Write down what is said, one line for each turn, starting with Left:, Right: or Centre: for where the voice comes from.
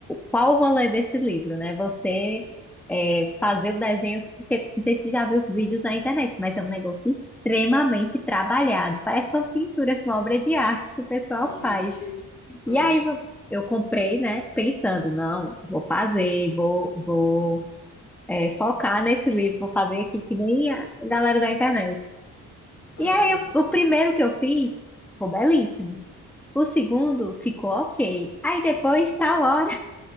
Centre: Qual o rolê desse livro, né? Você é, fazer o desenho, porque não sei se você já viu os vídeos na internet, mas é um negócio extremamente trabalhado. Parece uma pintura, assim, uma obra de arte que o pessoal
Left: Gente.
Centre: faz.
Left: Ah,
Centre: E aí vo- eu comprei, né? Pensando, não, vou fazer, vou, vou é, focar nesse livro, vou fazer aqui que nem a galera da internet.
Left: aham.
Centre: E aí eu- o primeiro que eu fiz ficou belíssimo. O segundo ficou ok. Aí depois tal hora.